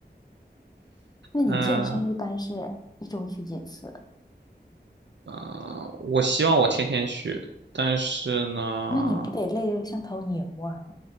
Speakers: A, on the left; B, on the right.
A: 那你健身一般是一周去几次？
B: 嗯嗯，我希望我天天去，但是呢，
A: 那你不得累得像头牛啊？